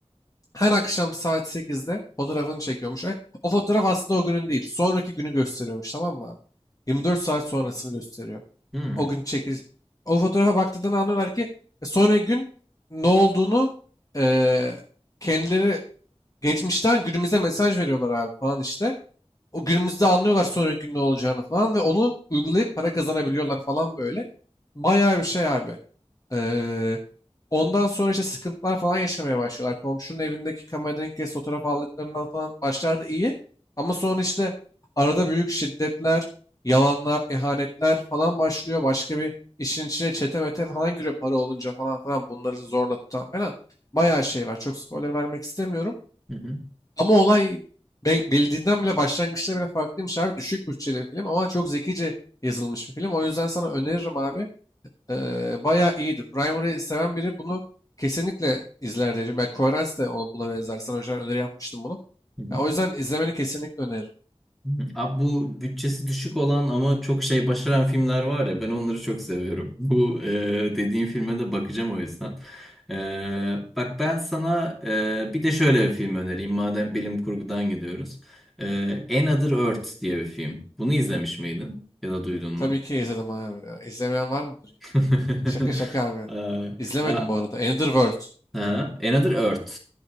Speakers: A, on the left; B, in the centre.
A: Her akşam saat sekizde fotoğrafını çekiyormuş ve o fotoğraf aslında o günün değil. Sonraki günü gösteriyormuş tamam mı abi? 24 saat sonrasını gösteriyor.
B: Hmm,
A: O gün çekil. O fotoğrafa baktığından anlıyorlar ki e, sonraki gün ne olduğunu e, kendileri geçmişten günümüze mesaj veriyorlar abi falan işte. O günümüzde anlıyorlar sonraki gün ne olacağını falan ve onu uygulayıp para kazanabiliyorlar falan böyle. Bayağı bir şey abi. Ee, ondan sonra işte sıkıntılar falan yaşamaya başlıyorlar. Komşunun evindeki kameradan ilk kez fotoğraf aldıklarından falan başlarda iyi. Ama sonra işte arada büyük şiddetler, yalanlar, ihanetler falan başlıyor. Başka bir işin içine çete mete falan giriyor para olunca falan falan bunları zorla tutan falan. Bayağı şey var. Çok spoiler vermek istemiyorum.
B: Hı hı,
A: Ama olay be- bildiğinden bile başlangıçta bile farklıymış abi. Düşük bütçeli bir film ama çok zekice yazılmış bir film. O yüzden sana öneririm abi. Ee, bayağı iyiydi. Primary'i seven biri bunu kesinlikle izler diyeceğim. Ben Coherence de ona, buna benzer. Sana önceden öneri yapmıştım bunu.
B: hı hı,
A: Ya, o yüzden izlemeni kesinlikle öneririm.
B: hı hı. Abi bu bütçesi düşük olan ama çok şey başaran filmler var ya ben onları çok seviyorum. <laughs> Bu e, dediğin filme de bakacağım o yüzden. Ee, bak ben sana e, bir de şöyle bir film önereyim madem bilim kurgudan gidiyoruz. Ee, Another Earth diye bir film. Bunu izlemiş miydin ya da duydun mu?
A: Tabii ki izledim abi. Ya, İzlemeyen var mıdır? ya?
B: <laughs>
A: Şaka şaka abi.
B: Aa,
A: İzlemedim
B: aa,
A: bu arada. Another World.
B: aha, Another Earth.